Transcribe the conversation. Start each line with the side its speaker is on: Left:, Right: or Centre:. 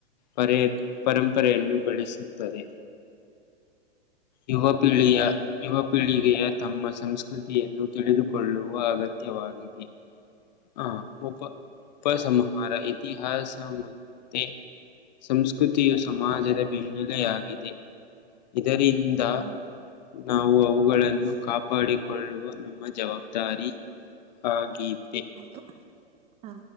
Left: ಪರೆ ಪರಂಪರೆಯನ್ನು ಬೆಳೆಸುತ್ತದೆ ಯುುವ ಪೀಳಿ ಪಿಳಿಯ ಯುವ ಪೀಳಿಗೆಯ ತಮ್ಮ ಸಂಸ್ಕೃತಿಯನ್ನು ತಿಳಿದುಕೊಳ್ಳುವ ಅಗತ್ಯವಾಗಿದೆ ಆ ಉಪ- ಉಪಸಂಹಾರ ಇತಿಹಾಸ ಮತ್ತೆ ಸಂಸ್ಕೃತಿಯು ಸಮಾಜದ ಬೆನ್ನೆಲೆಯಾಗಿದೆ. ಇದರಿಂದ ಇಂದ
Right: ಹಾ
Left: ನಾವು ಅ ಅವುಗಳನ್ನು ಕಾಪಾಡಿಕೊಳ್ಳುವ ನಮ್ಮ ಜವಾಬ್ದಾರಿ ಆಗಿದೆ
Right: ಹೌದು ಹ